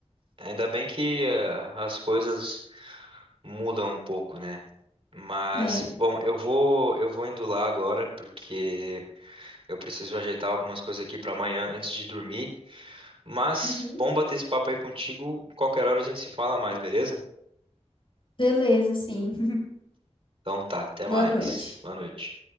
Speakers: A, on the right; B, on the left.
A: ainda bem que eh, as coisas mudam um pouco, né? Mas,
B: É.
A: bom, eu vou, eu vou indo lá agora porque eu preciso ajeitar algumas coisas aqui para amanhã antes de dormir. Mas,
B: Uhum.
A: bom bater esse papo aí contigo. Qualquer hora a gente se fala mais, beleza?
B: Beleza, sim. <laughs>
A: Então tá, até
B: Boa
A: mais.
B: noite.
A: Boa noite.